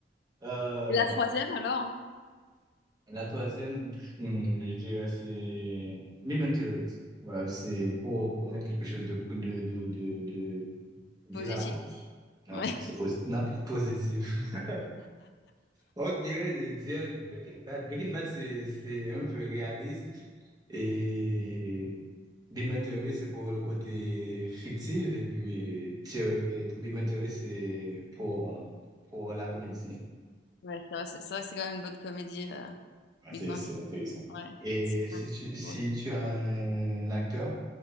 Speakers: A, on the right; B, on the left.
A: Euh,
B: Et la troisième, alors? hein,
A: la troisième, hmm, je dirais, c'est Mime Theories. Ouais, c'est pour, pour mettre quelque chose de, de, de, de, de d'hilarant.
B: Positif.
A: Ouais,
B: Ouais.
A: c'est posi- non, positif. <laughs> Ok, ouais, je veux dire Breaking Bad. Breaking Bad, c'est, c'est un peu réaliste. Et Big Bang Theory, c'est pour le côté fictif. Et puis, euh, Theo- et Big Bang Theory, c'est pour, pour la comédie.
B: Ouais, c'est vrai, c'est c'est vrai que c'est quand même une bonne comédie, euh,
A: Ah,
B: Big
A: c'est
B: Bang
A: c'est intéressant.
B: Theory. Ouais,
A: Et
B: c'est
A: si
B: quand même
A: tu,
B: drôle.
A: si tu as un acteur